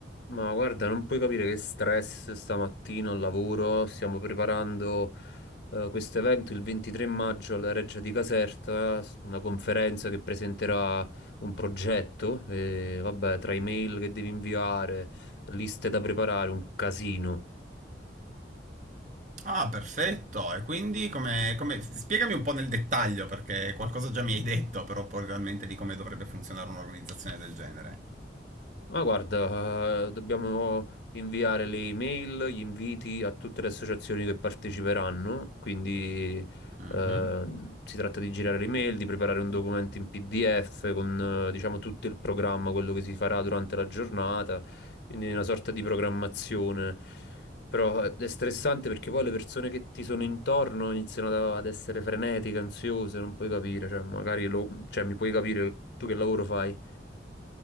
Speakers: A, on the left; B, on the right.
A: Ma guarda, non puoi capire che stress stamattina al lavoro. Stiamo preparando eh, questo evento il 23 maggio alla Reggia di Caserta, s- una conferenza che presenterà un progetto. E, vabbè, tra email che devi inviare, liste da preparare, un casino.
B: Ah, perfetto. E quindi come, come- Spiegami un po' nel dettaglio, perché qualcosa già mi hai detto, però poi realmente di come dovrebbe funzionare un'organizzazione del genere.
A: Ma guarda, eh, dobbiamo inviare le email, gli inviti a tutte le associazioni che parteciperanno, quindi
B: Mhm.
A: eh, si tratta di girare le email, di preparare un documento in PDF con eh, diciamo tutto il programma, quello che si farà durante la giornata, quindi una sorta di programmazione. Però è è stressante perché poi le persone che ti sono intorno iniziano ad ad essere frenetiche, ansiose, non puoi capire, cioè magari lo- cioè, mi puoi capire tu che lavoro fai.